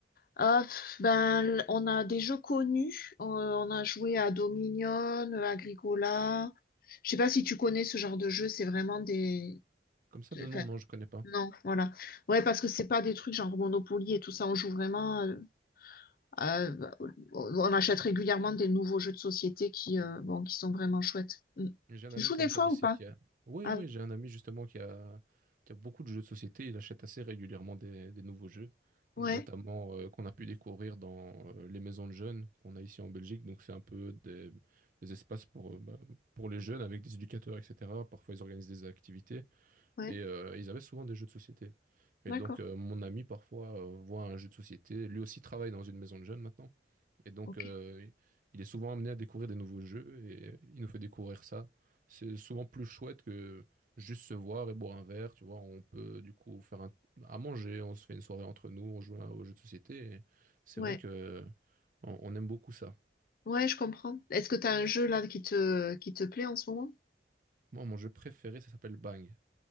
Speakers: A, on the left; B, on the right.
A: ah, pff, ben, l- on a des jeux connus. Euh, on a joué à Dominion, euh, Agricola. Je sais pas si tu connais ce genre de jeu. C'est vraiment des.
B: Comme ça,
A: de-
B: de
A: Enfin,
B: nom, non, je connais pas.
A: non, voilà. Ouais, parce que c'est pas des trucs genre Monopoly et tout ça. On joue vraiment. euh, à- on on achète régulièrement des nouveaux jeux de société qui, euh, bon, qui sont vraiment chouettes. Mm.
B: J'ai un
A: Tu
B: ami
A: joues
B: comme
A: des fois
B: ça aussi
A: ou pas?
B: qui a. Oui,
A: Ah
B: oui,
A: oui.
B: j'ai un ami justement qui a... qui a beaucoup de jeux de société. Il achète assez régulièrement des, des nouveaux jeux,
A: Ouais,
B: notamment euh, qu'on a pu découvrir dans euh, les maisons de jeunes qu'on a ici en Belgique. Donc, c'est un peu des, des espaces pour, euh, bah, pour les jeunes avec des éducateurs, etc. Parfois, ils organisent des activités
A: ouais.
B: et euh, ils avaient souvent des jeux de société. Et
A: D'accord.
B: donc, euh, mon ami, parfois, euh, voit un jeu de société. Lui aussi travaille dans une maison de jeunes maintenant. Et donc,
A: Ok.
B: euh, il est souvent amené à découvrir des nouveaux jeux et euh, il nous fait découvrir ça. C'est souvent plus chouette que juste se voir et boire un verre, tu vois. On peut du coup faire un- à manger, on se fait une soirée entre nous, on joue à- aux jeux de société. et C'est
A: Ouais.
B: vrai que on, on aime beaucoup ça.
A: Ouais, je comprends. Est-ce que t'as un jeu là qui te qui te plaît en ce moment?
B: Moi, mon jeu préféré, ça s'appelle Bang.